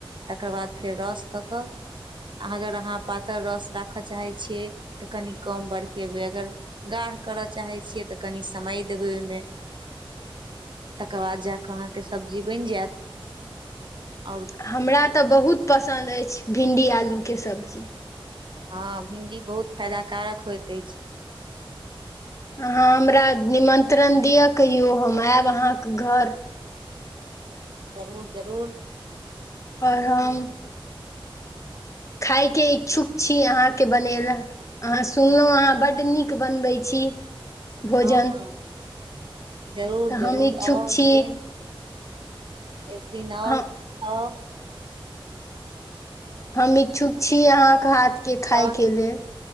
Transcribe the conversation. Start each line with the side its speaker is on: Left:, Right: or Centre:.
Right: तकर बाद फेर रस दऽ कऽ। अगर अहाँ पातर रस राखऽ चाहे छियै तऽ कनी कम बरकेबै अगर। गाढ़ करऽ चाहे छियै तऽ कनी समय देबै ओय में। तकर बाद जाकऽ अहाँके सब्जी बइन जैत और।
Left: हमरा तऽ बहुत पसन्द अइछ भिंडी आलू के सब्जी।
Right: हँ भिंडी बहुत फायदा कारक होइत अइछ।
Left: अहाँ हमरा निमंत्रण दिअ कहियौ हम एब अहाँके घर।
Right: जरूर-जरूर।
Left: और हम। खाइके इच्छुक छी अहाँके बनेला। अहाँ सुनलौं अहाँ बड्ड नीक बनबै छी। भोजन
Right: हँ हँ जरूर
Left: तऽ
Right: जरूर
Left: हम इच्छुक
Right: आउ एक
Left: छी।
Right: दिन एक दिन आउ
Left: हम
Right: खाऊ।
Left: हम इच्छुक छी अहाँ कऽ हाथके खायके
Right: तऽ
Left: लेल।